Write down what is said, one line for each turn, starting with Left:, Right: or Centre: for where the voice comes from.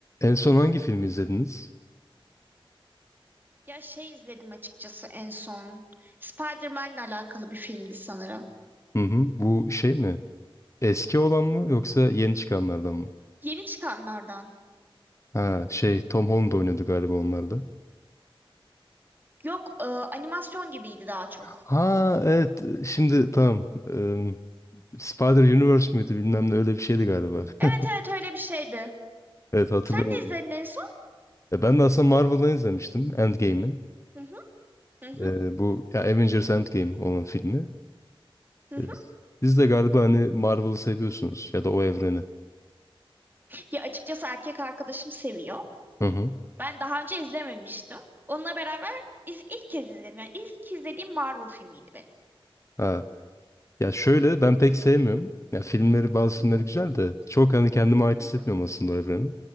Left: En son hangi filmi izlediniz?
Right: Ya şey izledim açıkçası en son. Spider-Man'le alakalı bir filmdi sanırım.
Left: Hı hı. Bu şey mi? Eski olan mı yoksa yeni çıkanlardan mı?
Right: Yeni çıkanlardan.
Left: Ha şey Tom Holland oynadı galiba onlarda.
Right: Yok, e, animasyon gibiydi daha çok.
Left: Ha evet şimdi tamam. Eee, Spider-Universe müydü bilmem ne öyle bir şeydi galiba.
Right: Evet
Left: <laughs>
Right: evet öyle bir şeydi.
Left: Evet hatırlıyorum.
Right: Sen ne izledin en son?
Left: Ya ben de aslında Marvel'dan izlemiştim Endgame'i.
Right: Hı hı, hı hı,
Left: Eee, bu ya Avengers Endgame olan filmi.
Right: hı hı.
Left: Eee, Siz de galiba hani Marvel'ı seviyorsunuz ya da o evreni.
Right: Ya açıkçası erkek arkadaşım seviyor.
Left: Hı hı.
Right: Ben daha önce izlememiştim. Onunla beraber iz- ilk kez izledim. Yani ilk izlediğim Marvel filmiydi benim.
Left: Ha. Ya şöyle ben pek sevmiyorum. Ya filmleri bazı
Right: Hı
Left: filmleri
Right: hı,
Left: güzel de çok hani kendime ait
Right: hı
Left: hissetmiyorum
Right: hı,
Left: aslında o evreni.